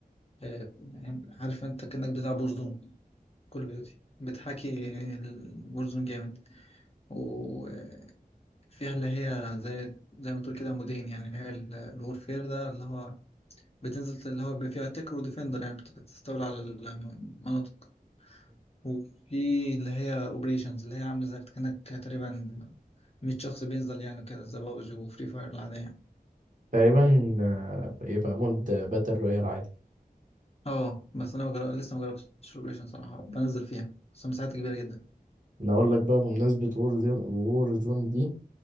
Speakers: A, on the left; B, on the right.
A: آه، يعني عارف انت كأنك بتلعب بورزون كول اوف ديوتي بتحاكي البورزون جامد وفيها اللي هي زي زي ما تقول كده مودين يعني اللي هي ال- الورفير ده اللي هو بتنزل اللي هو بيبقى فيها تكر وديفندر يعني بت- بتستولي على المناطق وفي اللي هي اوبريشنز اللي هي عاملة زي كأنك تقريبا 100 شخص بينزل يعني كده زي بابجي وفري فاير العادية
B: تقريبا آه، يبقى مود باتل رويال عادي
A: اه بس انا مجرب... لسه ما جربتش الاوبريشن صراحه بنزل فيها بس مساحتها كبيره جدا
B: انا اقول لك بقى بمناسبة وور زون وور زون دي